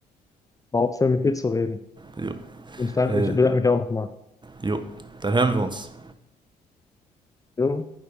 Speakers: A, on the left; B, on the right.
A: war auch schön mit dir zu reden.
B: Jo,
A: Ich danke
B: äh,
A: mich, bedanke mich auch nochmal.
B: jo. dann hören wir uns.
A: Jo.